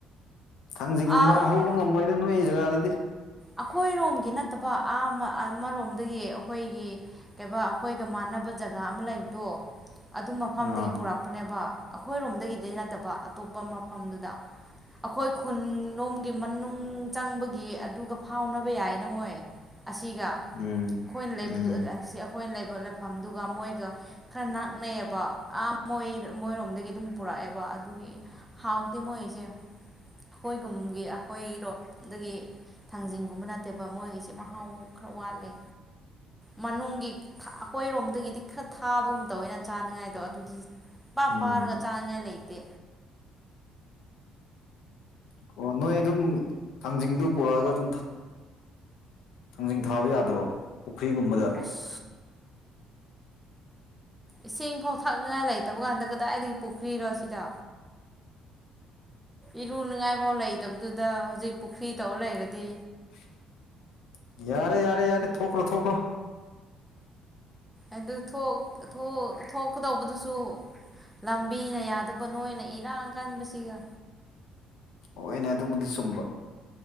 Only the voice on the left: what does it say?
ꯊꯥꯡꯖꯤꯡꯕꯤꯎ
ꯍꯧꯕ ꯉꯝꯃꯣꯏꯗ ꯅꯣꯏ ꯖꯒꯥꯗꯗꯤ
ꯑꯥ
ꯎꯝ
ꯎꯝ
ꯎꯝ
ꯀꯤꯥꯣ ꯅꯣꯏ ꯑꯗꯨꯝ ꯊꯥꯡꯖꯤꯡꯗꯨ ꯄꯨꯔꯛꯑꯒ ꯑꯗꯨꯝ ꯊꯥꯡꯖꯤꯡ ꯊꯥꯕ ꯌꯥꯗ꯭ꯔꯣ ꯄꯨꯈ꯭ꯔꯤꯒꯨꯝꯕꯗ
<inaudible> ꯌꯥꯔꯦ ꯌꯥꯔꯦ ꯌꯥꯔꯦ ꯊꯣꯛꯈ꯭ꯔꯣ ꯊꯣꯛꯈ꯭ꯔꯣ
ꯑꯣꯏꯅꯦ ꯑꯗꯨꯕꯨꯗꯤ ꯆꯨꯝꯕ